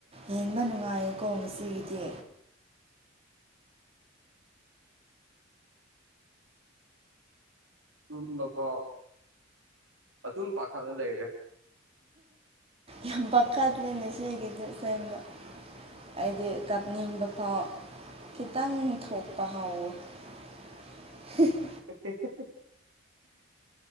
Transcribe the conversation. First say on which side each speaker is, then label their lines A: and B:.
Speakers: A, on the right (about 30°); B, on the right (about 75°).
A: ꯌꯦꯡꯕ ꯅꯨꯡꯉꯥꯏꯌꯦꯀꯣ ꯉꯁꯤꯒꯤꯗꯤ
B: ꯇꯨꯝꯕ ꯐꯥꯎ ꯑꯗꯨꯝ ꯄꯥꯈꯠꯂ ꯂꯩꯔꯦ
A: ꯌꯥꯝ ꯄꯀꯗꯂꯤꯅꯁ ꯍꯒꯗꯦꯁꯥꯏꯗ ꯍꯥꯏꯗꯤ ꯀꯥꯞꯅꯤꯡꯕ ꯐꯥꯎ ꯈꯤꯇꯪ ꯊꯣꯛꯄ ꯍꯥꯎꯋꯤ <inaudible>
B: <inaudible>